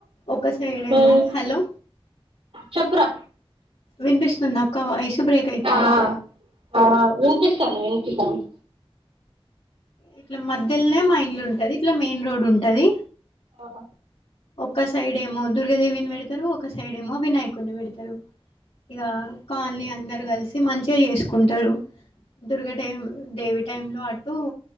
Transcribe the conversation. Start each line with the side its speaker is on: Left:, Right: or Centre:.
Left: ఒక సైడేమో
Right: హ్మ్
Left: హలో
Right: చెప్పురా
Left: వినిపిస్తుందాక్క వాయిస్ బ్రేక్ అయితుంది
Right: ఆ ఆ వినిపిస్తాంది విన్పిస్తాంది
Left: ఇట్ల మధ్యల్నే మా ఇల్లుంటది ఇట్ల మెయిన్ రోడుంటది
Right: ఆహ
Left: ఒక్క సైడ్ ఏమో దుర్గదేవిని బేడతరు, ఒక సైడ్ ఏమో వినాయకుడ్నీ పెడతరు. ఇగ కాల్నీ అందరు గల్సి మంచిగ జేసుకుంటరు దుర్గ టైం దేవి టైమ్ లో అటు,